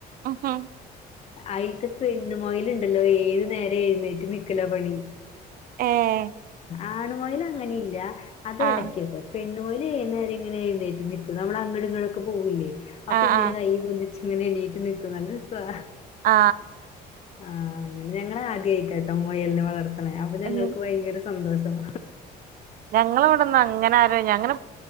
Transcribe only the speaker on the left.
അയിൽക്ക്‌ പെണ്ണ് മൊയല്ണ്ടല്ലോ ഏതു നേരം എഴുന്നേറ്റ് നിക്കല പണി
ആണുമൊയൽ അങ്ങനെ ഇല്ല അത് എടക്ക്
ക്കെ പെണ്ണു മൊയൽ ഏനേരങ്ങനെ എഴുനേറ്റ് നിക്കും നമ്മള അങ്ങങ്ങടൊക്കെ പോവില്ലേ അപ്പൊ
ഇങ്ങനെ
കൈ പൊന്തി ങ്ങനെ എണീറ്റ് നിക്കും നല്ല രസാ
ആ അങ്ങനെ ഞങ്ങൾ ആദ്യയിട്ടായിട്ടൊ മൊയലിനെ വളർത്തണ അപ്പൊ ഞങ്ങക്ക്
ഭയങ്കര സ് സന്തോഷം